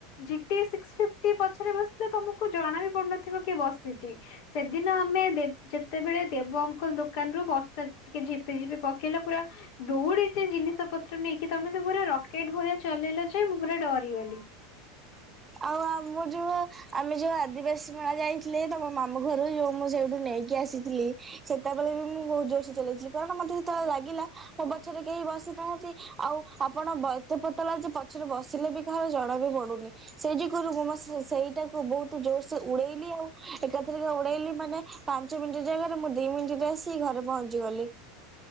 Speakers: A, on the left (about 55°); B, on the right (about 15°).
A: ଜି ଟି ସିକ୍ସ ଫିଫ୍ଟି ପଛରେ ବସିଲେ ତମକୁ ଜଣା ବି ପଡୁନଥିବ କି ବସିଛି। ସେଦିନ ଆମେ ଦେ ଯେତେବେଳେ ଦେବ ଅଙ୍କଲ ଦୋ କାନରୁ ବର୍ଷା ଟିକେ ଝିପି ଝିପି ପକେଇଲା ପୁରା। ଦୌଡି ସେ ଜିନିଷ ପତ୍ର ନେଇକି ତମେ ତ ପୁରା ରକେଟ ଭଳିଆ ଚଲେଇଲ ଯେ ମୁଁ ପୁରା ଡରିଗଲି।
B: ଆଉ ଆମ ଯୋଉ ଆମେ ଯୋଉ ଆଦିବାସୀ ମେଳା ଯାଇଥିଲେ ତମ ମାମୁ ଘରୁ ଯୋଉ ମୁଁ ସେଇଠୁ ନେଇକି ଆସିଥିଲି। ସେତେବେଳେ ବି ମୁଁ ବହୁତ ଜୋର ସେ ଚଲେଇଥିଲି କାରଣ ମତେ ସେତେବେଳେ ଲାଗିଲା। ମୋ ପଛରେ କେହି ବସିନାହାନ୍ତି ଆଉ। ଆପଣ ବ ଏତେ ପତଳା ଯେଜି ପଛରେ ବସିଲେ ବି କାହାର ଜଣା ବି ପଡୁନି। ସେଇ ଯୁଗୁରୁ ମୁଁ ମୋ ସ ସେଇଟାକୁ ବହୁତ ଜୋର ସେ ଉଡେଇଲି ଆଉ ଏକାଥେରକେ ଉଡେଇଲି ମାନେ ପାଞ୍ଚ ମିନିଟ୍ ଜାଗାରେ ମୁଁ ଦି ମିନିଟରେ ଆସିକି ଘରେ ପହଞ୍ଚି ଗଲି।